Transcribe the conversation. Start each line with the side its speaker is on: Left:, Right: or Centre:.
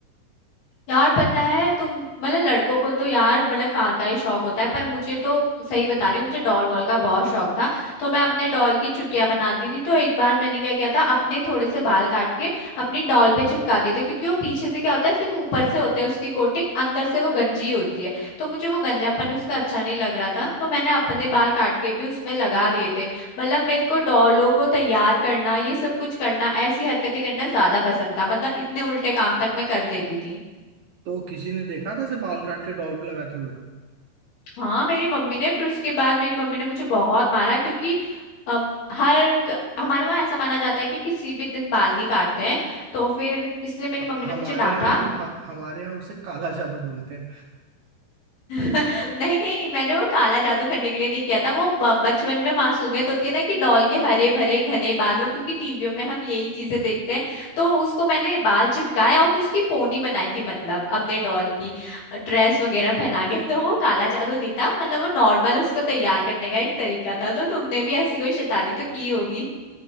Left: यार पता है तुम मतलब लड़कों को तो यार मतलब कार का ही शौक होता है पर मुझे तो सही बता रही हूँ मुझे डॉल वॉल का बहुत शौक था तो मैं अपने डॉल की चुटिया बनाती थी तो एक बार मैंने क्या किया था अपने थोड़े से बाल काट के अपनी डॉल पे चिपका दिए थे क्योंकि वो पीछे से क्या होता है सिर्फ ऊपर से होता है उसकी कोटिंग अंदर से वो गंजी होती है तो मुझे वो गंजापन उसका अच्छा नहीं लग रहा था तो मैंने अपने बाल काट के भी उसमें लगा दिए थे मतलब मेरे को डॉलों को तैयार करना ये सब कुछ करना ऐसी हरकतें करना ज्यादा पसंद था मतलब इतने उल्टे काम तक मैं कर लेती थी
Right: तो किसी ने देखा था इसे बाल काट के डॉल पे लगाते हुए
Left: हाँ मेरी मम्मी ने फिर उसके बाद मेरी मम्मी ने मुझे बहुत मारा क्योंकि अ, हर क- हमारे वहाँ ऐसा माना जाता है कि किसी भी दिन बाल नहीं काटते हैं तो फिर इसलिए मेरी
Right: ह-
Left: मम्मी
Right: हमारे
Left: ने मुझे डांटा
Right: यहाँ ना ह- हमारे यहाँ उसे काला जादू बोलते हैं
Left: <laughs> नहीं नहीं मैंने वो काला जादू करने के लिए नहीं किया था वो ब- बचपन में मासूमियत होती है ना कि डॉल के हरे भरे घने बालों क्योंकि टीवियों में हम यही चीजें देखते हैं तो उसको मैंने बाल चिपकाए और फिर उसकी पोनी बनाई थी मतलब अपने डॉल की ड्रेस वगैरह पहना के <laughs> तो वो काला जादू नहीं था मतलब वो नॉर्मल उसको तैयार करने का एक तरीका था तो तुमने भी ऐसी कोई शैतानी तो की होगी